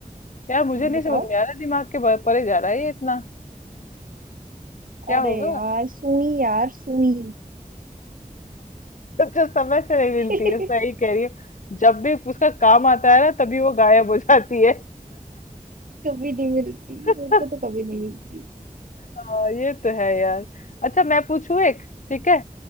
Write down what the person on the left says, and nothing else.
यार मुझे नहीं
समझ में आ रहा दिमाग के ब- परे जा रहा है ये इतना क्या
होगा
<laughs> अच्छा समय से नहीं मिलती
है सही कह रही हो जब भी उसका काम आता है ना तभी वो गायब हो जाती है
<laughs>
हाँ, ये तो है यार अच्छा मैं पूछूं एक ठीक है